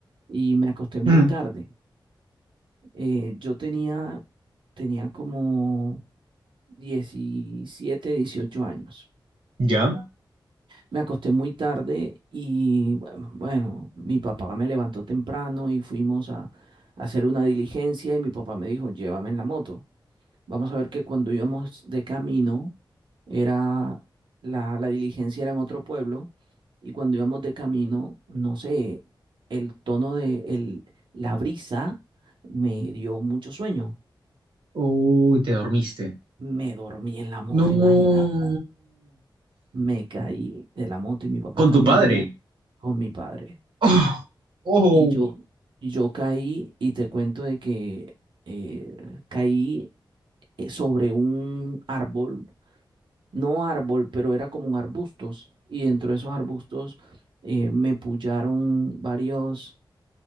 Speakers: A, on the right; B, on the right.
A: y me acosté muy
B: Mm,
A: tarde. Eh, yo tenía, tenía como 17 18 años.
B: ¿Ya?
A: Me acosté muy tarde y bueno, bueno, mi papá me levantó temprano y fuimos a, a hacer una diligencia y mi papá me dijo, llévame en la moto. Vamos a ver que cuando íbamos de camino, era la, la diligencia era en otro pueblo y cuando íbamos de camino, no sé, el tono de el- la brisa me dio mucho sueño.
B: Uy, te dormiste.
A: Me dormí en la moto,
B: No.
A: imagínate. Me caí de la moto y mi papá
B: Con
A: también.
B: tu padre.
A: Yo me con mi padre.
B: Oh, Oh,
A: Y yo, y yo caí y te cuento de que eh, caí eh, sobre un árbol, no árbol, pero era como un arbustos. Y dentro de esos arbustos eh, me pullaron varios